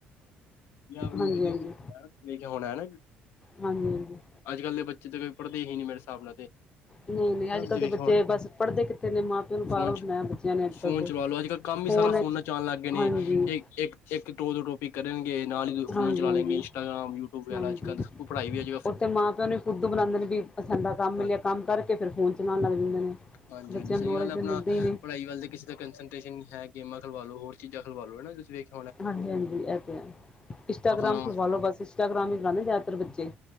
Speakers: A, on the left; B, on the left.
A: ਜਾ ਵਧੀਆ
B: ਹਾਂਜੀ ਹਾਂਜੀ
A: ਲਿਖਿਆ ਹੋਣਾ ਹਨਾ ਜੀ।
B: ਹਾਂਜੀ -ਹਾਂਜੀ
A: ਅੱਜ ਕੱਲ ਦੇ ਬੱਚੇ ਤਾਂ ਪੜ੍ਹਦੇ ਹੀ ਨਹੀਮੇਰੇ ਹਿਸਾਬ ਨਾਲ ਤੇ।
B: ਨਹੀਂ ਨਹੀਂ
A: ਹਨਾ
B: ਅੱਜ
A: ਤੁਸੀਂ
B: ਕੱਲ੍ਹ ਦੇ
A: ਵੇਖਿਆ
B: ਬੱਚੇ
A: ਹੋਣਾ
B: ਬਸ ਪੜ੍ਹਦੇ ਕਿੱਥੇ ਨੇ ਮਾਂ ਪਿਓ ਨੂੰ ਪਾਗਲ
A: ਫੋਨ ਚ
B: ਬਣਾਇਆ ਬੱਚਿਆਂ ਨੇ।
A: ਫੋਨ
B: ਕੱਲ੍ਹ ਦੇ
A: ਚਲਾ ਲਓ ਅੱਜ -ਕੱਲ ਕੰਮ ਹੀ
B: ਫੋਨ
A: ਸਾਰਾ
B: ਵਿੱਚ
A: ਫੋਨਾਂ 'ਚ ਆ- ਣ ਲੱਗ ਗੇ ਨੇ
B: ਹਾਂਜੀ
A: ਇੱਕ ਇੱਕ ਇਕ ਟੋ ਤੋਂੋ ਟੋ <unintelligible> ਵੀ ਕਰਨਗੇ ਨਾਲ ਹੀ ਤੁ ਫੋਨ
B: ਹਾਂਜੀ
A: ਚਲਾ
B: ਹਾਂਜੀ
A: ਲੈਣਗੇ ਇੰਸਟਾਗ੍ਰਾਮ, ਯੂਟਿਊਬ ਵਗੈਰਾ
B: ਹਾਂਜੀ
A: ਅੱਜੱਕਲ ਓ ਪੜ੍ਹਾਈ ਵੀ ਅੱੱਜ
B: ਉੱਥੇ ਮਾਂ ਪਿਓ ਨੂੰ ਫੁਦੂ ਬਣਾਉਦੇ ਨੇ ਜੀ ਅਸਾਡਾ ਕੰਮ ਮਿਲਿਆ
A: ਹਾਂਜੀ।
B: ਕੰਮ ਕਰਕੇ ਫਿਰ ਫੋਨ ਚਲਾਉਣ ਲੱਗ ਜਾਂਦੇ ਨੇ <unintelligible>
A: ਹਾਂਜੀ- ਹਾਂਜੀ ਸਹੀ
B: ਨੂੰ ਨੌਲੇਜ
A: ਗੱਲ ਹੈ
B: ਤਾਂ
A: ਆਪਣਾ
B: ਮਿਲਦੀ ਹੀ ਨਹੀਂ
A: ਪੜ੍ਹਾਈ ਵੱਲ ਦੇ, ਕਿਸੇ ਦਾ ਕੰਸਟਰੇਸ਼ਨ ਹੈ ਗੇਮ ਖਿਲਾਵਾ ਲੋ ਹੋਰ ਚੀਜਾ ਖਲਵਾ ਲੋ ਹਨਾ ਤੁਸੀਂ ਵਖ,
B: ਹਾਂਜੀ -ਹਾਂਜੀ ਇਹ ਤੇ ਇੰਸਟਾਗ੍ਰਾਮ
A: ਆਪਣਾ
B: ਖਿਲਵਾ ਲੋ ਬਸ ਇੰਸਟਾਗ੍ਰਾਮ ਹੀ ਖਲਾਉਂਦੇ ਜ਼ਿਆਦਾਤਰ ਬੱਚੇ।